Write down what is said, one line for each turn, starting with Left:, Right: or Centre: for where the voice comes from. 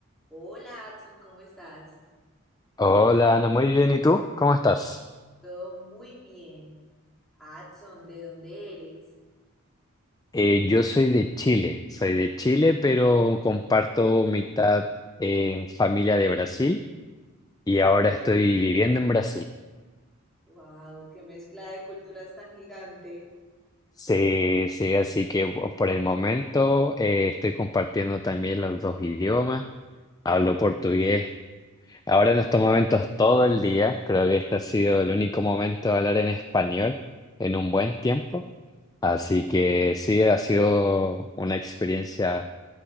Centre: Hola, Adson, ¿cómo estás?
Left: Hola, Ana, muy bien. ¿Y tú? ¿Cómo estás?
Centre: Todo muy bien. Adson, ¿de dónde eres?
Left: Eh, yo soy de Chile, soy de Chile, pero comparto mitad eh, familia de Brasil y ahora estoy viviendo en Brasil.
Centre: Wow, qué mezcla de culturas tan gigante.
Left: Sí, sí, así que bo- por el momento eh, estoy compartiendo también los dos idiomas. Hablo portugués. Ahora en estos momentos todo el día. Creo que este ha sido el único momento de hablar en español en un buen tiempo. Así que sí, ha sido una experiencia